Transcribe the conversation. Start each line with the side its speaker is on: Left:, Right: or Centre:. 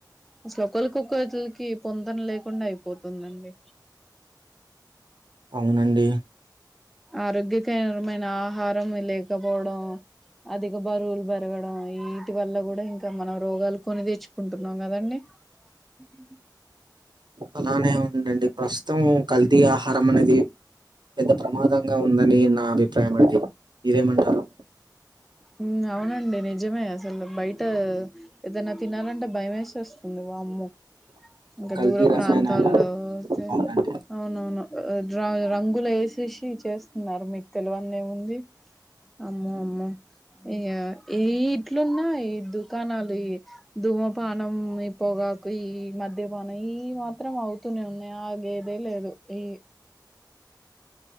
Centre: అసలు ఒకోళ్ళకు ఒక్కొళ్ళకి పొంతన లేకుండా అయి పోతుందండి.
Right: అవునండి.
Centre: ఆరోగ్యకేరమైన ఆహారం లేకపోవడం, అధిక బరువులు పె పెరగడం ఇయిటి వల్ల కూడా ఇంకా మనం రోగాలు కొని తెచ్చుకుంటున్నాం కదండి. <unintelligible>
Right: అలానే ఉందండి ప్రస్తుతం కల్తీ ఆహారం అనేది పెద్ద ప్రమాదం గా ఉందని నా అభిప్రాయం అండి. మీరేమంటారు?
Centre: ఉ అవునండి నిజమే అసలు బయటా ఏదన్నా తినాలంటే భయం ఎసేస్తుంది వామ్మో. ఇంకా
Right: కల్తీ
Centre: దూర
Right: రసాయనాల
Centre: ప్రాంతాల్లో అయితే
Right: అవునండి.
Centre: అవునవును రా రంగు లు వేశేశి చేస్తున్నారు మీకు తెలవన్ది ఏముంది అమ్మో అమ్మో. అయ్యా ఏయి ఇట్లున్నా ఈ దుకాణాలు ఇ ధూమపానం, ఈ పొగాకు ఈ మద్య పానం ఈ ఈ మాత్రం అవు తూనే ఉన్నయి ఆగేదే లేదు ఇయి.